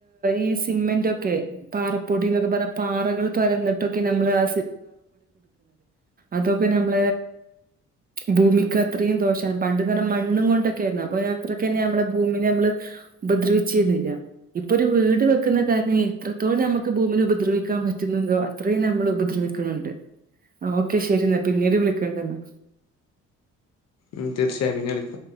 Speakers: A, on the right; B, on the left.
A: ഈ സിമെന്റ്ൊക്കെ പാറപ്പൊടിന്നൊക്കെ പറഞ്ഞ പാറകൾ തുരന്നിട്ടൊക്കെ നമ്മൾ ആ അത നമ്മ ഭൂമിക്ക് അത്രയും ദോഷമാണ് പണ്ട്െന്ന് പറഞ്ഞ മണ്ണും കൊണ്ടൊക്കെ ആരുന്നു അപ്പൊ അത്രയ്ക്കന്ന നമ്മളെ ഭൂമിനെ നമ്മള് ഉപദ്രവിച്ചിരുന്നില്ല ഇപ്പൊ ഒരു വീട് വെക്കുന്ന കാരണം എത്രത്തോളം നമുക്ക് ഭൂമിൽ ഉപദ്രവിക്കാൻ പറ്റുന്നുണ്ടോ അത്രേയും നമ്മൾ ഉപദ്രവിക്ക ണ്ട് ആ ഓക്കെ ശരിെന്നാ പിന്നീ ഇട് വിളിക്കണ്ടെന്നാ
B: ഉ തീർച്ചയായും പിന്നെ എടുക്ക